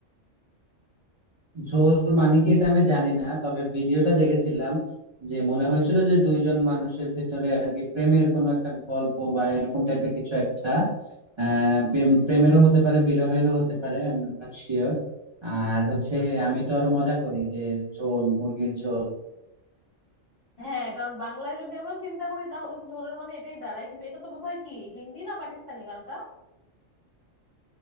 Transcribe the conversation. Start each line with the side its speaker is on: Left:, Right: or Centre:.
Right: ঝোল মানে কি এটা আমি জানি না তবে ভিডিওটা দেখেছিলাম যে মনে হয়েছিল যে দুইজন মানুষের ভিতরে আর কি প্রেমের কোনো একটা গল্প বা এরকম টাইপের কিছু একটা আহ প্রেম প্রেমেরও হতে পারে বিরহেরও হতে পারে আই এম নট শিওর আর হচ্ছে আমি তো আরো মজা করি যে ঝোল মুরগির ঝোল
Left: হ্যাঁ কারণ বাংলায় যদি আমরা চিন্তা করি তাহলে তো ঝোলের মানে এটাই দাঁড়ায় কিন্তু এটা তো বোধহয় কি হিন্দি না পাকিস্তানি গানটা